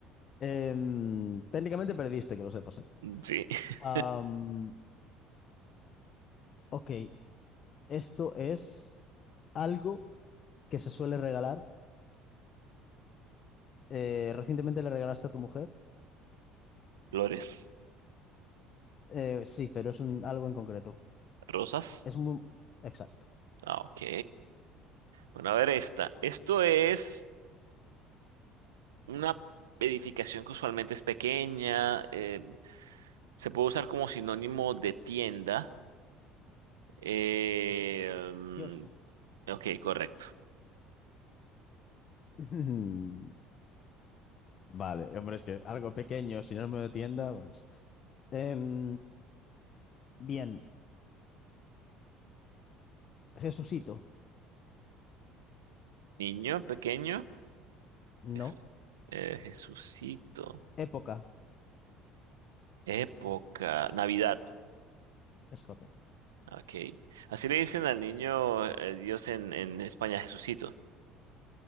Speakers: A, on the left (about 50°); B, on the right (about 85°).
A: Em, técnicamente perdiste, que lo sepas, ¿eh?
B: Mm, Sí, <laughs>
A: Am, ok, esto es algo que se suele regalar. Eh, recientemente le regalaste a tu mujer.
B: flores,
A: Eh, sí, pero es un- algo en concreto.
B: rosas.
A: Es muy... Exacto.
B: Ah, ok. Bueno, a ver esta. Esto es una edificación que usualmente es pequeña, eh, se puede usar como sinónimo de tienda. Eh, mm,
A: Kiosco.
B: ok, correcto.
A: <laughs> Mm, Vale, hombre, es que algo pequeño, si no me de tienda, pues. Em, bien. Jesucito.
B: Niño pequeño,
A: No.
B: Jesús, eh, Jesucito.
A: Época.
B: Época, Navidad.
A: Es correcto.
B: Ok. Así le dicen al niño eh, Dios en, en España, Jesucito.